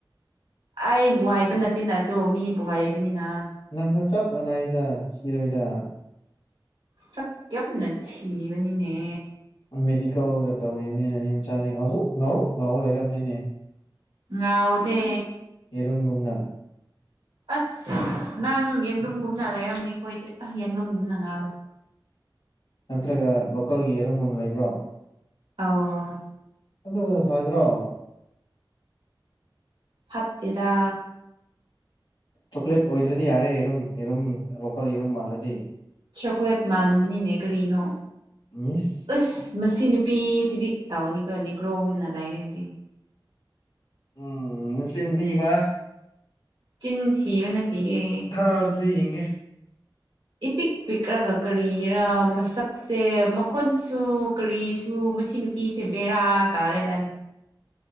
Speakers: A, on the right; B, on the left.
A: ꯑꯩꯕꯨꯍꯥꯏꯕ ꯅꯠꯇꯦ ꯅ ꯑꯗꯨꯣ ꯃꯤꯕꯨꯍꯥꯏꯕꯅꯤꯅ
B: ꯅꯪꯁꯨ ꯆꯞ ꯃꯥꯟꯅꯏꯗ ꯊꯤꯔꯣꯏꯗ
A: ꯁꯛ ꯀꯞꯅ ꯊꯤꯕꯅꯤꯅꯦ
B: ꯃꯦꯗꯤꯀꯦꯜꯒ ꯇꯧꯔꯤꯕꯅꯤꯅ ꯃꯤ ꯃꯆꯥꯗꯤ ꯉꯥꯎꯖꯣꯛ ꯉꯥꯎꯔꯣꯛ ꯉꯥꯎꯔꯧ ꯂꯩꯔꯔꯕꯅꯤꯅꯦ
A: ꯍꯥꯎꯗꯦ
B: ꯏꯨꯝꯒꯨꯝꯅ
A: ꯑꯁ ꯅꯪ ꯌꯦꯟꯗ꯭ꯔꯨꯝꯒꯨꯝꯅ ꯂꯩꯔꯝꯅꯤ ꯑꯩꯈꯣꯏꯗꯤ ꯑꯁ ꯌꯦꯟꯗꯨꯝꯒꯨꯝꯅ ꯉꯥꯎꯕꯗ
B: ꯅꯠꯇ꯭ꯔꯒ ꯂꯣꯀꯦꯜꯒꯤ ꯌꯦꯔꯨꯝꯒꯨꯝ ꯂꯩꯕ꯭ꯔꯣ
A: ꯑꯣ
B: ꯑꯗꯨ ꯀ ꯐꯥꯏꯗ꯭ꯔꯣ
A: ꯐꯠꯇꯦꯗꯥ
B: ꯆꯣꯀ꯭ꯂꯦꯠ ꯑꯣꯏꯗ꯭ꯔꯗꯤ ꯌꯥꯔꯦ ꯌꯦꯔꯨꯝ ꯌꯦꯔꯨꯝ ꯂꯣꯀꯦꯜ ꯌꯦꯔꯨꯝ ꯃꯥꯜꯂꯗꯤ
A: ꯆꯣꯀ꯭ꯂꯦꯠ ꯃꯥꯟꯕꯅꯤꯅꯦ ꯀꯔꯤꯅꯣ
B: ꯏꯁ
A: ꯑꯁ ꯃꯁꯤ ꯅꯨꯄꯤꯁꯤꯗꯤ ꯇꯧꯅꯤ ꯀꯧꯅꯤ ꯒ꯭ꯔꯣꯒꯨꯝꯅ ꯂꯩꯔꯁꯤ
B: ꯎꯝ ꯆꯤꯟꯊꯤ ꯋꯥ
A: ꯆꯤꯟ ꯊꯤꯕ ꯅꯠꯇꯤꯌꯦ
B: ꯊꯔ ꯑꯣꯗꯤ ꯌꯦꯒꯦ
A: ꯄꯤꯛ ꯄꯤꯛꯂꯒ ꯀꯔꯤꯔꯥ ꯃꯁꯛꯁꯦ ꯃꯈꯣꯟꯁꯨ ꯀꯔꯤꯁꯨ ꯃꯁꯤ ꯅꯨꯄꯤꯁꯦ ꯕꯦꯔꯥ ꯀꯥꯔꯦꯗꯥꯅ